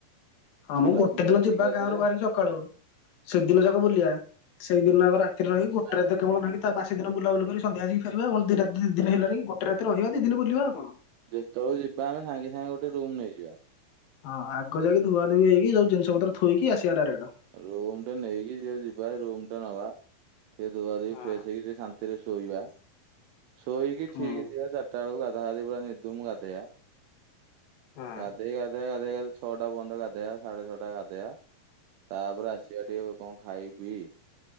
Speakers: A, on the left; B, on the right.
A: ହଁ
B: ବୁଲାବୁଲି
A: ମୁଁ ଗୋଟେ
B: କରିଦେଇକି
A: ଦିନ ଯିବା
B: ଏକାଥରେ
A: ଗାଁରୁ ବାହାରିକି ସକାଳୁ ସେଦିନ ଯାକ ବୁଲିବା ସେଇଦିନ ଆକ ରାତିରେ ରହି ଗୋଟେ ରାତିକେବଳ
B: ହଁ
A: ରହି ତା ବାସି ଦିନ ବୁଲାବୁଲି କରିକି ସନ୍ଧ୍ୟା ଆସିକି ଫେରିବା ଆଉ କଣ ଦତି ଦି ଦିନ ହେଲାଣି ଗଟେ ରାତି ରହିବା ଦି ଦିନ ବୁଲିବା ଆଉ କଣ।
B: ଯେତେବେଳେ ଯିବା ଆମେ ସାଙ୍ଗେ ସାଙ୍ଗେ ଗୋଟେ ରୁମ୍ ନେଇଯିବା।
A: ହଁ ଆଗ ଯାକି ଧୁଆ ଧୁଇ ହେଇକି ସବୁ ଜିନିଷ ପତର ଥୋଇକି ଆସିବା ଡାଇରେକ୍ଟ।
B: ରୁମ ଟେ ନେଇକି ଯି ଯିବା ରୁମ ଟା ନବା ଟିକେ ଧୁଆ ଧୁଇ
A: ହୁଁ।
B: ଫ୍ରେଶ ହେଇକି ଟିକେ ଶାନ୍ତିରେ ଶୋଇବା ଶୋଇକି
A: ହୁଁ
B: ଠିକି ଯିବା ଚାରିଟା ବେଳକୁ ଗାଧାଆ ପୁରା ନିଧୁମ୍ ଗାଧେଇବା।
A: ହୁଁ।
B: ଗାଧ ଗାଦ ଗା ଛୋଟା ବନ୍ଦ ଗାଦ ଆ ସାଟା ଛୋଟା ଗାଦ ଆ। ତାପରେ ଆସିବା ଟିକେ କଣ ଖାଇ ପିଇ,